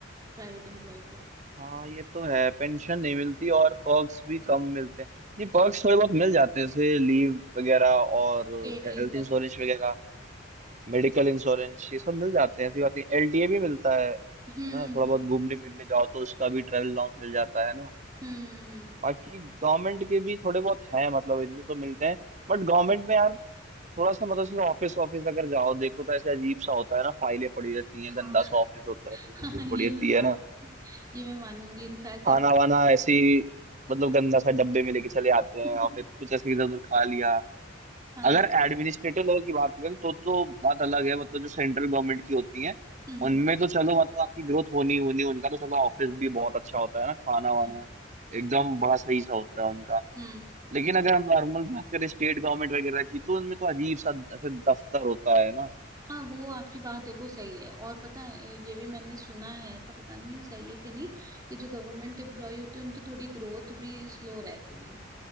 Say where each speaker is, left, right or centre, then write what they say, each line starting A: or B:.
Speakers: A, on the right (about 20°); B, on the right (about 40°).
A: प्राइवेट एम्प्लॉय को
B: हाँ ये तो है पेंशन नहीं मिलती और पर्क्स भी कम मिलते हैं नहीं पर्क्स थोड़े बहुत मिल जाते हैं जैसे लीव वगैरह और
A: पेड लीव
B: हेल्थ इंश्योरेंस
A: वगैरह
B: वगैरह मेडिकल इंश्योरेंस ये सब मिल जाते हैं ऐसी बात नहीं एलटीए भी मिलता है है
A: हम्म
B: ना थोड़ा
A: हम्म
B: बहुत घूमने फिरने जाओ तो उसका भी ट्रैवल अलाउंस मिल जाता है ना
A: हम्म हम्म,
B: बाकी गवर्नमेंट के भी थोड़े बहुत हैं मतलब इनमें तो मिलते हैं बट गवर्नमेंट में यार थोड़ा सा मतलब जैसे ऑफिस ऑफिस अगर जाओ देखो तो ऐसे अजीब सा होता है ना फाइलें पड़ी रहती हैं
A: हाँ
B: गंदा सा ऑफिस होता है धूल
A: <laughs> हाँ,
B: वूल
A: ये
B: पड़ी रहती
A: मैं
B: है
A: मानूं
B: ना
A: ये मैं मानूंगी इनफैक्ट
B: खाना
A: अब
B: वाना ऐसे ही मतलब गंदा सा डब्बे में लेके चले आते हैं
A: <laughs>
B: और फिर कुछ ऐसे इधर उधर खा लिया
A: हाँ
B: अगर एडमिनिस्ट्रेटिव लेवल की बात करें तो तो बात अलग है मतलब जो सेंट्रल गवर्नमेंट की होती है
A: हम्म हम्म
B: उनमें तो चलो मतलब आपकी ग्रोथ होनी होनी उनका तो चलो ऑफिस भी बहुत अच्छा होता है ना खाना वाना
A: हम्म हम्म
B: एकदम बड़ा सही सा होता है उनका
A: हम्म।
B: लेकिन अगर हम नॉर्मल बात करें स्टेट गवर्नमेंट वगैरह की तो उनमें तो अजीब सा ऐसे दफ्तर होता है ना
A: हाँ वो आपकी बात देखो सही है और पता है ये भी मैंने सुना है ऐसा पता नहीं सही है कि नहीं कि जो गवर्नमेंट एम्प्लॉय होते हैं उनकी थोड़ी ग्रोथ भी स्लो रहती है